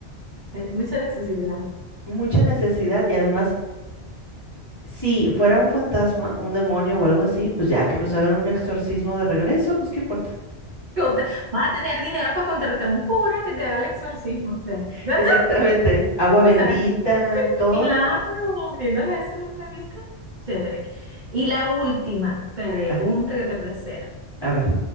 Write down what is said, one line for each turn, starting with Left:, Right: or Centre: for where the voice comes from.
Right: hay mucha necesidad.
Left: mucha necesidad y además si fuera un fantasma, un demonio o algo así, pues ya que nos hagan un exorcismo de regreso, pues qué importa.
Right: Contra- Vas a tener dinero para contratar un cura que te haga el exorcismo, o sea,
Left: <laughs>
Right: ¿verdad?
Left: Exactamente. Agua bendita
Right: Exacto.
Left: y todo.
Right: Claro, viéndolo desde ese punto de vista, chévere. Y la última pregunta
Left: Ay,
Right: que te voy a hacer.
Left: a ver.